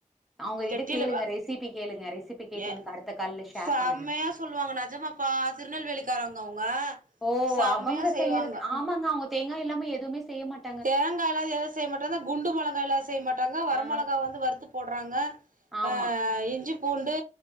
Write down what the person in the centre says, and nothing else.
அவுங்ககிட்ட
கேளுங்க
ரெசிபி கேளுங்க ரெசிபி கேட்டு
எனக்கு அடுத்த கால்ல ஷேர்
பண்ணுங்க
ஓ
அவங்க
செய்யறது ஆமாங்க அவங்கா தேங்கா இல்லாம எதுவுமே செய்ய மாட்
ஆ
ஆமா